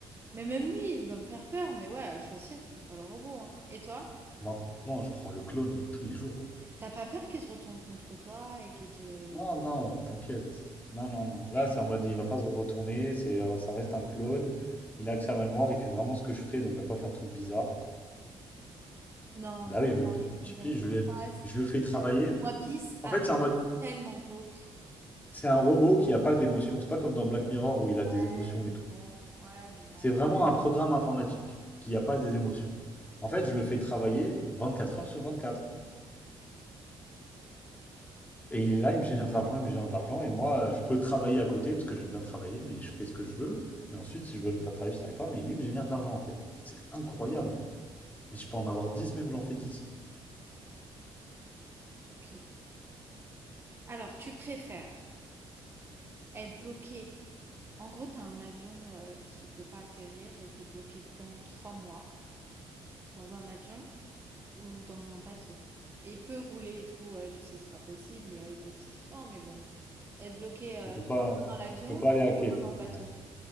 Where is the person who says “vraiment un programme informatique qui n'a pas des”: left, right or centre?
Left